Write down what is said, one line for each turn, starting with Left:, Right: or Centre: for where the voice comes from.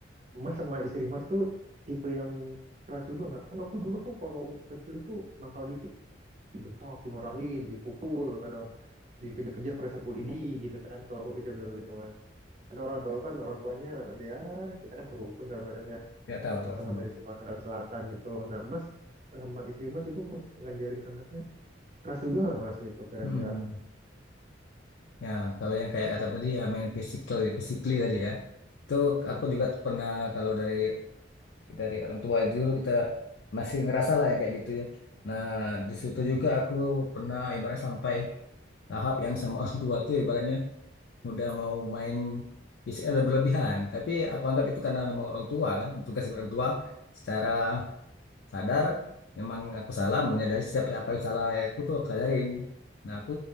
Right: Mas sama istri mas tuh tipe yang keras juga nggak? Kan aku dulu tuh kalau kecil tuh nakal dikit dibentak, dimarahin, dipukul, kadang dikejar-kejar pakai sapu lidi gitu kan. Kalau aku kecil dulu gitu mas. Karena orang tua kan orang tuanya dia kita kan serumpun kan mas ya,
Left: Nggak tahu
Right: sama-sama
Left: tuh sama
Right: dari Sumatera Selatan gitu. Nah mas sama istri mas itu ngajarin anaknya keras juga nggak mas gitu kira-kira?
Left: Mm-mm. ya kalau yang kayak kata tadi ya main physical physically tadi ya itu
Right: Hmm,
Left: aku juga pernah kalau dari dari orang tua dulu kita masih ngerasa lah yang kayak gitu ya nah di situ juga aku pernah ibaratnya sampai tahap yang sama <laughs> orang tua tuh ibaratnya udah mau main fisik ada berlebihan. Tapi aku anggap itu karena memang orang tua kan, tugas orang tua secara sadar memang aku salah, menyadari setiap apa yang salah aku tuh aku sadarin. Nah, aku